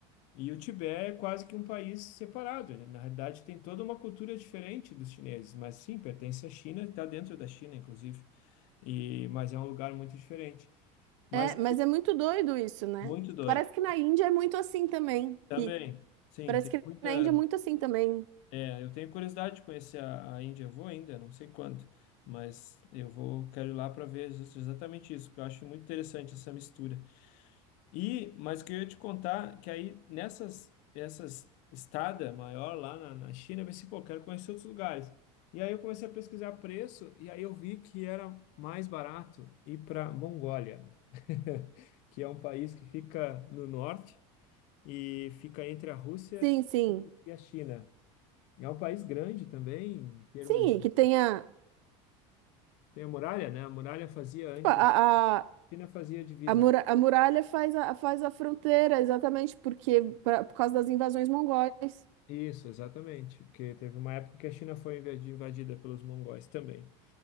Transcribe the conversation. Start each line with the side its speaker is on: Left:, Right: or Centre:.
Left: E o Tibete é quase que um país separado, né? Na realidade, tem toda uma cultura diferente dos chineses, mas sim, pertence à China, está dentro da China, inclusive, e, mas é um lugar muito diferente. Mas
Right: É,
Left: é
Right: mas é muito doido isso, né?
Left: muito doido.
Right: Parece que na Índia é muito assim também.
Left: Também,
Right: Que,
Left: sim,
Right: parece
Left: tem
Right: que
Left: muita.
Right: na Índia é muito assim também.
Left: é, eu tenho curiosidade de conhecer a, a Índia, eu vou ainda, não sei quando, mas eu vou, quero ir lá para ver ex- exatamente isso, porque eu acho muito interessante essa mistura. E, mas o que eu ia te contar que aí nessas essas estada maior lá na, na China, eu pensei, pô, quero conhecer outros lugares. E aí eu comecei a pesquisar preço e aí eu vi que era mais barato ir para Mongólia, <laughs> que é um país que fica no norte e fica entre a Rússia
Right: Sim, sim.
Left: e a China. É um país grande também, em termos
Right: Sim,
Left: de...
Right: e que tenha.
Left: Tem a muralha, né? A muralha fazia antes,
Right: tipo, a,
Left: a
Right: a,
Left: China fazia divisa
Right: a, mura- a muralha faz a, faz a fronteira, exatamente, porque pra- por causa das invasões mongóis.
Left: Isso, exatamente, porque teve uma época que a China foi invadi- invadida pelos mongóis também.